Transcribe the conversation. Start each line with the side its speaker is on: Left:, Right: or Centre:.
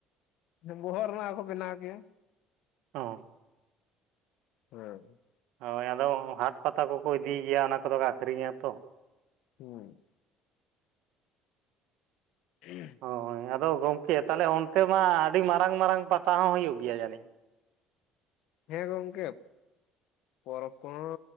Left: ᱵᱚᱦᱚᱜ ᱨᱮᱱᱟᱜ ᱠᱚ ᱵᱮᱱᱟᱣ ᱜᱮᱭᱟ
Right: ᱦᱚᱸ
Left: ᱦᱮᱸ
Right: ᱦᱳᱭ ᱟᱫᱚ ᱦᱟᱴ ᱯᱟᱛᱟ ᱠᱚᱠᱚ ᱤᱫᱤᱭ ᱜᱮᱭᱟ ᱚᱱᱟ ᱠᱚᱫᱚ ᱠᱚ ᱟᱠᱷᱨᱤᱧᱟ ᱛᱚ᱾
Left: ᱦᱮᱸ <unintelligible>
Right: ᱦᱳᱭ ᱟᱫᱚ ᱜᱚᱢᱠᱮ ᱛᱟᱦᱚᱞᱮ ᱚᱱᱛᱮ ᱢᱟ ᱟᱹᱰᱤ ᱢᱟᱨᱟᱝ ᱢᱟᱨᱟᱝ ᱯᱟᱛᱟ ᱦᱚᱸ ᱦᱩᱭᱩᱜ ᱜᱮᱭᱟ ᱡᱟᱹᱱᱤᱡ?
Left: ᱦᱮᱸ ᱜᱚᱝᱠᱮ ᱯᱚᱨᱚᱵᱽ ᱠᱚᱦᱚᱸ